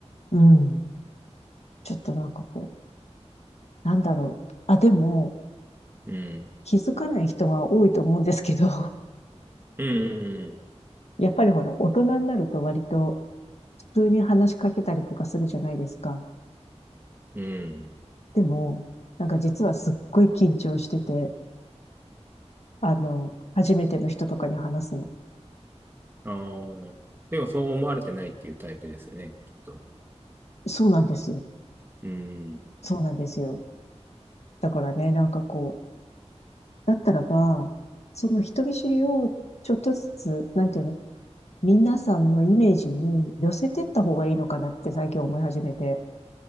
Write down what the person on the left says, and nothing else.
うん。ちょっとなんかこう、なんだろう。あ、でも、
気づかない人が多いと思うんですけど、
<laughs> やっぱりほら、大人になると割と普通に話しかけたりとかするじゃないですか。
でも、なんか実はすっごい緊張してて、あの、初めての人とかに話すの。
そうなんですよ。
そうなんですよ。だからね、なんかこう、だったらば、その人見知りをちょっとずつ、なんていうの、皆さんのイメージに寄せてった方がいいのかなって最近思い始めて、